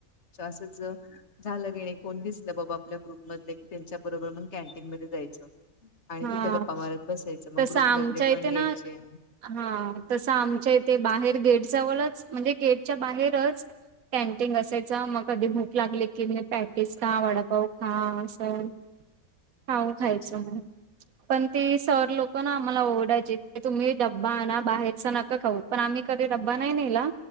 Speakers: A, on the left (about 55°); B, on the right (about 75°).
A: असं ज झालं की कोण दिसलं बाबा आपल्या ग्रुप मधले, की त्यांच्या बरोबर मग कॅन्टीन मध्ये जायचं. आणि
B: हा
A: तिथं गप्पा मारत बसायचं, मग
B: तसं
A: ग्रुप
B: आमच्या
A: मधले पण
B: इथे
A: यायचे.
B: ना हा तसं आमच्या इथे बाहेर गेटजवळच, म्हणजे गेटच्या बाहेरच कॅनटीन कायचं मग कधी भूक लागली की, मग पॅटेज खा, वडापाव खा असं.
A: <unintelligible>
B: हां खायचं
A: अच्छा
B: मग. पण ती सर लोक ना, आम्हाला ओरडायची तुम्ही डब्बा आना बाहेरच नका खाऊ पण आम्ही कधी डब्बा नाही नेला,